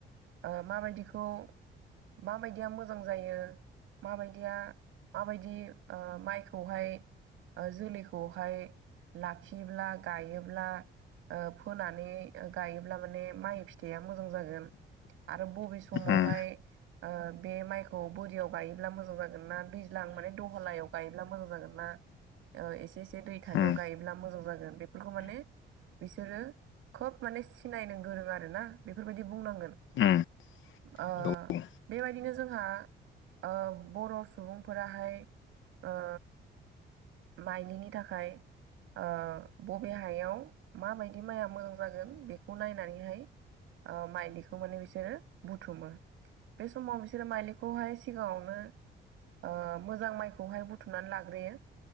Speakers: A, on the right (about 85°); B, on the left (about 75°).
A: ओ माबायदिखौ माबायदिया मोजां जायो माबायदिया माबायदि ओ माइखौहाय ओ जोलैखौहाय लाखियोब्ला गायोब्ला ओ फोनानै गायोब्ला माने माइ फिथाइया मोजां जागोन आरो बबे समावहाय
B: उम
A: बे माइखौ बोरियाव गायोब्ला मोजां जागोन ना दैज्लां माने दहलायाव गायोब्ला मोजां जागोन ना। एसे-एसे दै थानायाव
B: उम
A: गायोब्ला मोजां जागोन बेफोरखौ माने बिसोरो खोब माने सिनायनो गोरों आरो ना बेफोरबायदि बुंनांगोन।
B: उम
A: ओ
B: औ उम
A: बेबायदिनो जोंहा ओ बर' सुबुंफोराहाय ओ माइलिनि थाखाय ओ बबे हायाव माबायदि माइआ मोजां जागोन बेखौ नायनानैहाय ओ माइलिखौ माने बिसोरो बुथुमो। बे समाव बिसोरो माइलिखौहाय सिगाङावनो ओ मोजां माइखौहाय बुथुमनानै लाग्रोयो।